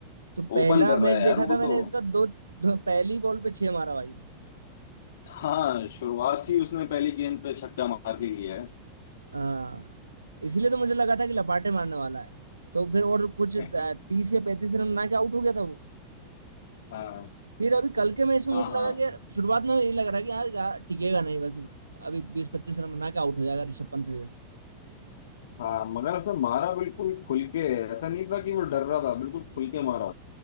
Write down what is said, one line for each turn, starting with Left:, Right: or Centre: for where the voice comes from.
Right: तो पहला
Left: ओपन कर
Right: मैच
Left: रहा है यार
Right: देखा
Left: वो
Right: था मैंने
Left: तो
Right: इसका दो, दो पहली बॉल पे छह मारा भाई ने
Left: हाँ शुरुआत ही उसने पहली गेंद पे छक्का मार के किया
Right: हाँ इसीलिए तो मुझे लगा था कि लपाटे मारने वाला है तो फिर और कुछ
Left: है
Right: तीस या पैंतीस रन बना के आउट हो गया था वो
Left: हाँ
Right: फिर अभी कल के मैच में
Left: हाँ
Right: मुझे लगा
Left: हाँ
Right: कि यार शुरुआत में यही लग रहा है कि यार यार टिकेगा नहीं बस अभी बीस पच्चीस रन बना के आउट हो जाएगा ऋषभ पंत जैसे
Left: हाँ मगर उसने मारा बिल्कुल खुल के ऐसा नहीं था कि वो डर रहा था बिल्कुल खुल के मारा